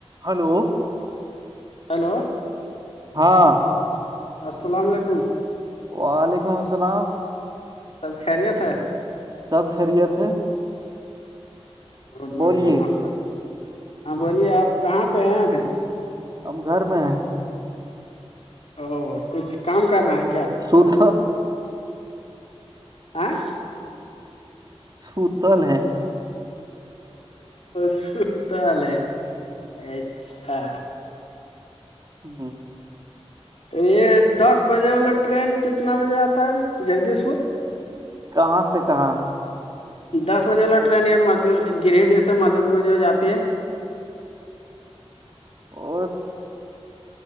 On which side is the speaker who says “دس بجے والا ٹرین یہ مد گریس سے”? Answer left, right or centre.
Left